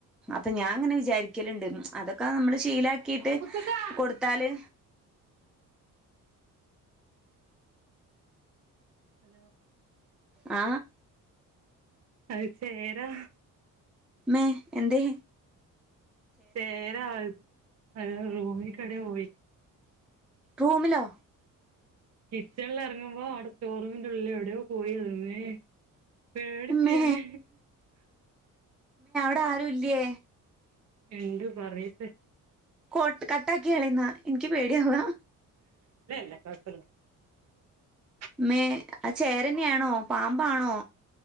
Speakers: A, in the centre; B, on the right (about 50°).
A: ഇപ്പ ഞാങ്ങനെ വിചാരിക്കലുണ്ട് അതൊക്കെ നമ്മള് ശീല കേട്ടു
B: മുത്തക്കാ
A: കൊടുത്താല്
B: ഹലോ
A: ആ
B: അത് ചേരാ
A: മ്മേ എന്തേ
B: ചേര <unintelligible> ഒരു റൂമികൂടെ പോയി
A: റൂമിലോ
B: കിച്ചണില് എർങ്ങുമ്പോ അവിടെ സ്റ്റോറൂമിന്റെ ഉള്ളില് എവിടെയോ പോയത് ഇമ്മേ പേടിച്ച്
A: മ്മേ
B: ഞാന്
A: ടാരുല്യേ
B: ഇണ്ട് പറയട്ട
A: കൊട്ട് കട്ടാക്യാണി ന്ന ഇൻ ക് പേടിയാവ
B: <unintelligible>
A: മേ ആ ചേരന്യാണോ പാമ്പാണോ